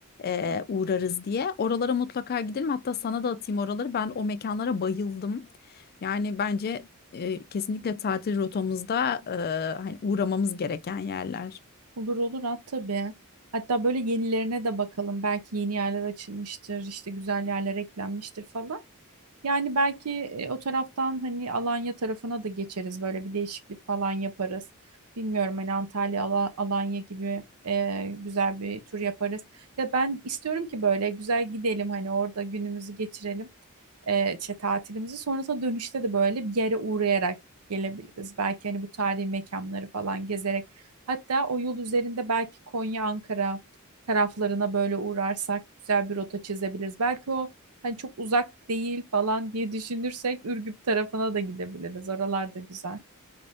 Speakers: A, on the left (about 45°); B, on the right (about 75°).
A: e, uğrarız diye. Oralara mutlaka gidelim. Hatta sana da atayım oraları. Ben o mekanlara bayıldım. Yani bence e, kesinlikle tatil rotamızda e, hani uğramamız gereken yerler.
B: Olur olur at tabii. Hatta böyle yenilerine de bakalım. Belki yeni yerler açılmıştır, işte güzel yerler eklenmiştir falan. Yani belki e, o taraftan hani Alanya tarafına da geçeriz. Böyle bir değişiklik falan yaparız. Bilmiyorum hani Antalya, Ala- Alanya gibi e, güzel bir tur yaparız. Ya ben istiyorum ki böyle güzel gidelim hani orada günümüzü geçirelim. E, işte tatilimizi sonrasında dönüşte de böyle bir yere uğrayarak gelebiliriz. Belki hani bu tarihi mekanları falan gezerek Hatta o yol üzerinde belki Konya, Ankara taraflarına böyle uğrarsak güzel bir rota çizebiliriz. Belki o hani çok uzak değil falan diye düşünürsek Ürgüp tarafına da gidebiliriz. Oralar da güzel.